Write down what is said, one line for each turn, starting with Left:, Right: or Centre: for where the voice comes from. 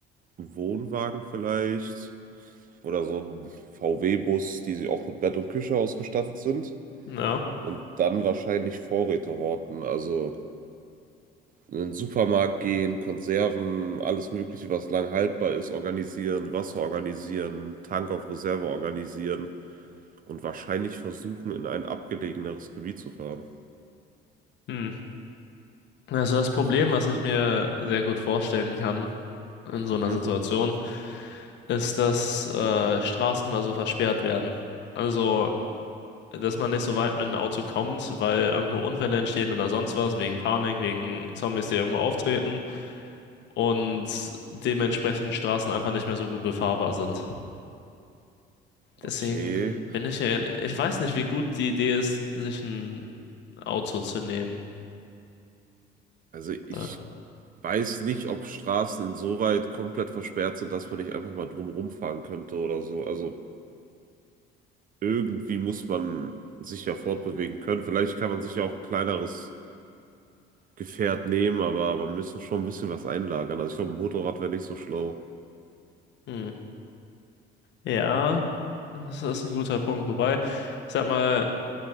Right: Wohnwagen vielleicht oder so ein VW-Bus, die sie auch mit Bett und Küche ausgestattet sind.
Left: Ja.
Right: Und dann wahrscheinlich Vorräte horten, also in den Supermarkt gehen, Konserven, alles Mögliche, was lang haltbar ist, organisieren, Wasser organisieren, Tank auf Reserve organisieren. und wahrscheinlich versuchen, in ein abgelegeneres Gebiet zu fahren.
Left: Hm. Also das Problem,
Right: Also,
Left: was ich mir sehr gut vorstellen kann in so
Right: mhm.
Left: einer Situation, ist, dass äh, Straßen oder so versperrt werden. Also, dass man nicht so weit mit einem Auto kommt, weil irgendwo Unfälle entstehen oder sonst was, wegen Panik, wegen Zombies, die irgendwo auftreten und dementsprechend Straßen einfach nicht mehr so gut befahrbar sind. Deswegen
Right: Okay.
Left: bin ich ja, ich weiß nicht, wie gut die Idee ist, sich ein Auto zu nehmen.
Right: Also ich
Left: Oder?
Right: weiß nicht, ob Straßen insoweit komplett versperrt sind, dass man nicht einfach mal drumherum fahren könnte oder so. Also irgendwie muss man sich ja fortbewegen können. Vielleicht kann man sich ja auch ein kleineres Gefährt nehmen, aber man müsste schon ein bisschen was einlagern. Also ich glaube, ein Motorrad wäre nicht so schlau.
Left: Hm. Ja, das ist ein guter Punkt. Wobei, ich sag mal,